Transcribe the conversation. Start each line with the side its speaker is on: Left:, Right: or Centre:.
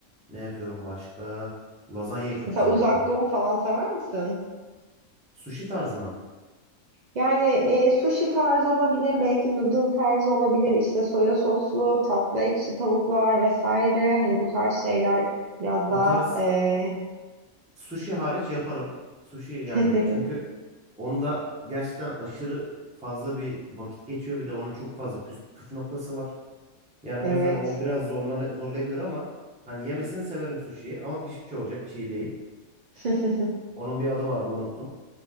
Centre: ne yapıyorum başka? Lazanyayı çok
Right: Mesela
Centre: güzel
Right: Uzak
Centre: yaparım.
Right: Doğu falan sever misin?
Centre: Sushi tarzı mı?
Right: Yani e, sushi tarzı olabilir, belki noodle tarzı olabilir, işte soya soslu, tatlı ekşi tavuklar vesaire. Hani bu tarz şeyler biraz
Centre: O
Right: daha
Centre: tarz
Right: e,
Centre: sushi hariç yaparım. Sushi yani
Right: <laughs>
Centre: çünkü onda gerçekten aşırı fazla bir vakit geçiyor. Bir de onun çok fazla püf, püf noktası var. Yani
Right: evet.
Centre: o yüzden o biraz zorlan zorlayabilir ama hani yemesini severim sushi'yi ama pişmiş olacak, çiğ değil.
Right: <laughs>
Centre: Onun bir adı vardı unuttum.